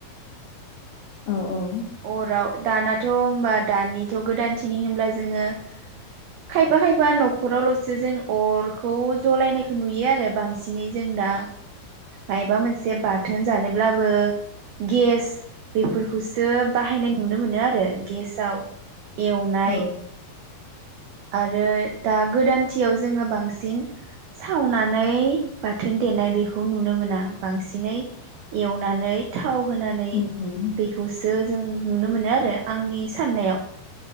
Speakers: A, on the left (about 70°); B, on the right (about 85°).
A: औ औ
B: अराव दानाथ' होनबा दानिथ' गोदानथिनि होनब्ला जोङो खायफा खायफा न'खरावल'सो जों अरखौ जलायनायखौ नुयो आरो बांसिनै जों दा मायबा मोनसे बाथोन जानोब्लाबो गेस बेफोरखौसो बाहायनाय नुनो मोनो आरो गेसाव एवनाय
A: औ
B: आरो दा गोदानथियाव जोङो बांसिन सावनानै बाथोन देनाय बेखौ नुनो मोना बांसिनै एवनानै थाव होनानै
A: उम
B: बेखौ जों नुनो मोनो आरो आंनि साननायाव